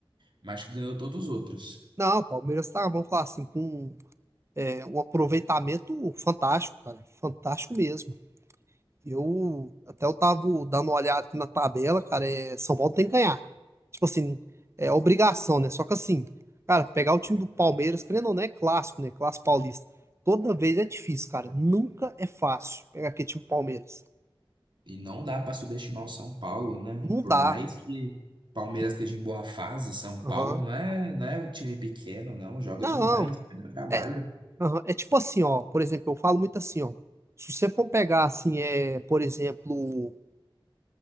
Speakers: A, on the right; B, on the right.
A: mas que ganhou todos os outros.
B: Não, o Palmeiras tá, vamos falar assim, com é um aproveitamento fantástico, cara. Fantástico mesmo. Eu até eu tava dando uma olhada aqui na tabela, cara. É, São Paulo tem que ganhar. Tipo assim, é obrigação, né? Só que assim, cara, pegar o time do Palmeiras, querendo ou não, é clássico, né? Clássico paulista. Toda vez é difícil, cara. Nunca é fácil pegar aquele time do Palmeiras.
A: E não dá para subestimar o São Paulo, né?
B: Não
A: Por
B: dá.
A: mais que Palmeiras
B: Que-
A: esteja em boa fase, São
B: Aham.
A: Paulo não é, não é um time pequeno, não. Joga
B: Não.
A: demais, pelo trabalho.
B: É, aham. É tipo assim, ó. Por exemplo, eu falo muito assim, ó. Se você for pegar, assim, é, por exemplo,